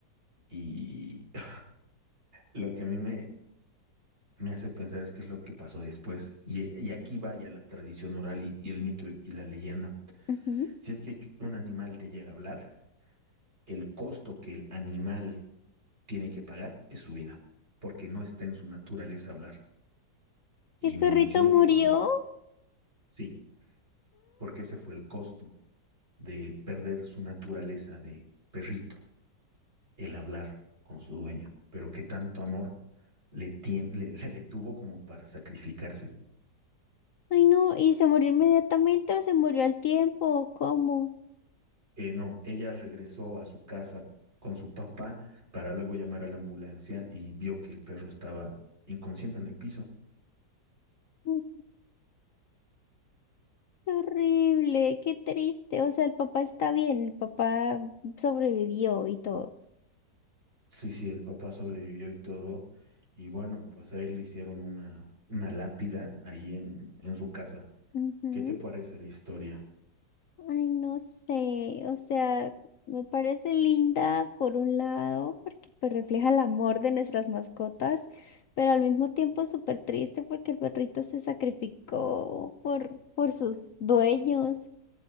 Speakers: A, on the right; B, on the left.
A: y... <laughs> Lo que a mí me, me hace pensar es qué es lo que pasó después. Y, y aquí vaya la tradición oral y, y el mito y la leyenda.
B: ujú,
A: Si es que un animal te llega a hablar, el costo que el animal tiene que pagar es su vida, porque no está en su naturaleza hablar. Y
B: ¿El perrito
A: me menciona
B: murió?
A: que cuando, sí, porque ese fue el costo de perder su naturaleza de perrito, el hablar con su dueño. Pero qué tanto amor le, tien- le, <laughs> le le tuvo como para sacrificarse
B: Ay, no, ¿y se murió inmediatamente o se murió al tiempo o cómo?
A: Eh, no, ella regresó a su casa con su papá para luego llamar a la ambulancia y vio que el perro estaba inconsciente en el piso.
B: Mm, Qué horrible, qué triste. O sea, el papá está bien, el papá sobrevivió y todo.
A: Sí, sí, el papá sobrevivió y todo. Y bueno, pues a él le hicieron una, una lápida ahí en, en su casa.
B: Ujú.
A: ¿Qué te parece la historia?
B: Ay, no sé, o sea, me parece linda por un lado, porque pues refleja el amor de nuestras mascotas, pero al mismo tiempo es súper triste porque el perrito se sacrificó por, por sus dueños.